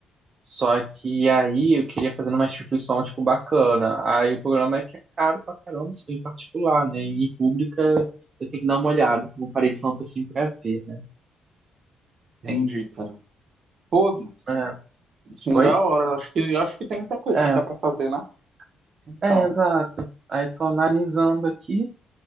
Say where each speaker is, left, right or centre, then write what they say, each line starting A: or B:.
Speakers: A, on the right (about 40°); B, on the right (about 55°).
A: Só que aí eu queria fazer numa instituição, tipo, bacana. Aí o problema é que é caro pra caramba, isso em particular, né? E em pública eu tenho que dar uma olhada, que eu não parei tanto assim pra ver, né?
B: Entendi, cara. Pô,
A: É.
B: assim,
A: Oi?
B: da hora. Acho que, acho que tem muita coisa
A: É.
B: que dá pra fazer, né? Então,
A: É, exato. Aí tô analisando aqui